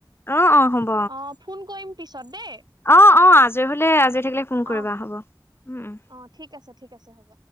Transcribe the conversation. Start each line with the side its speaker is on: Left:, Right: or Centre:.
Left: অ অ হ'ব
Right: অ। ফোন কৰিম পিছত দেই।
Left: অ অ আজৰি হলে আজৰি থাকিলে ফোন কৰিবা
Right: অ',
Left: হ'ব উম উ।
Right: অ', ঠিক আছে ঠিক আছে হ'ব।